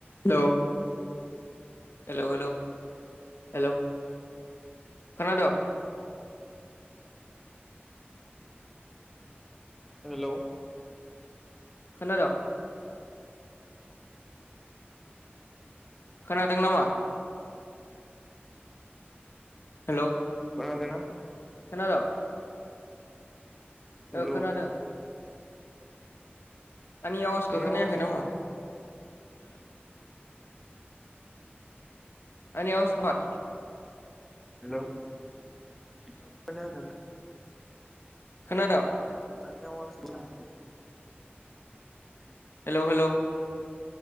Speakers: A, on the left; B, in the centre.
A: हेलौ हेलौ हेलौ हेलौ खोनादों?
B: हेलौ
A: खोनादोंं खोनादों नामा? हेलौ
B: खोनादोंना
A: खोनादोंं
B: हेलौ
A: ओ खोनादों आंनि आवासखौ
B: नोंनि
A: खोनायाखै
B: आवाज
A: नामा? आं आवास <unintelligible>
B: हेलौ खोनादों
A: खोनादो
B: नोंथांनि आवाज <inaudible> जाखै
A: हेलौ हेलौ